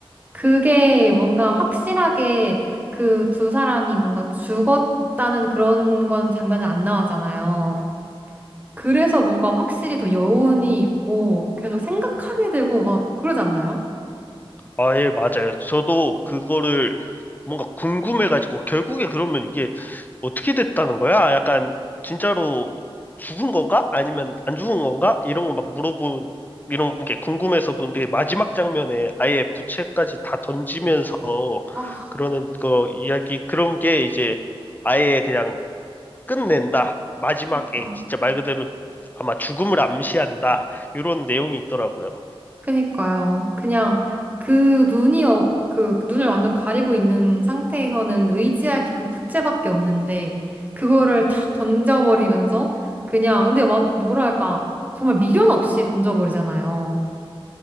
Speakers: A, on the right; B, on the left.
A: 그게 뭔가 확실하게 그 두 사람이 뭔가 죽었다는 그런 건 장면은 안 나왔잖아요. 그래서 뭔가 확실히 더 여운이 있고 계속 생각하게 되고 막 그러지 않나요?
B: 아, 예, 맞아요. 저도 그거를 뭔가 궁금해가지고, 결국에 그러면 이게 어떻게 됐다는 거야? 약간, 진짜로 죽은 건가? 아니면 안 죽은 건가? 이런 거 막 물어본, 이런 게 궁금해서 보는데, 마지막 장면에 아예 부채까지 다 던지면서
A: 아,
B: 그러는 거 이야기, 그런 게 이제 아예 그냥 끝낸다. 마지막에
A: 그러니까.
B: 진짜 말 그대로 아마 죽음을 암시한다. 이런 내용이 있더라고요.
A: 그니까요. 그냥 그 눈이 어, 그 눈을 완전 가리고 있는 상태에서는 의지할 게 그 부채밖에 없는데 그거를 탁 던져버리면서 그냥 근데 와- 뭐랄까 정말 미련 없이 던져버리잖아요.